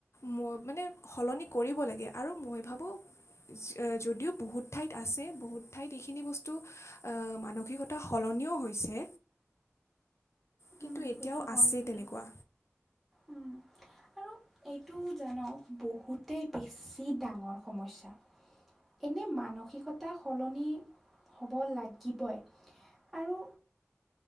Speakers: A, on the left (about 70°); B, in the centre.
A: ম মানে সলনি কৰিব লাগ গে আৰু মই ভাবো চ' যদিও বহুত ঠাইত আছে বহুত ঠাইত এইখিনি বস্তু অ', মানসিকতা সলন নিও হৈছে। কিন্তু
B: উম,
A: এতিয়াও
B: এইটো হয়
A: আছেই
B: কিন্তু
A: তেনেকুৱা।
B: উম। আৰু এইটো জান' বহুতেই বেছি ডাঙৰ সমস্যা। এনে মানসিকতা সলনি হ'ব লাগিবই আৰু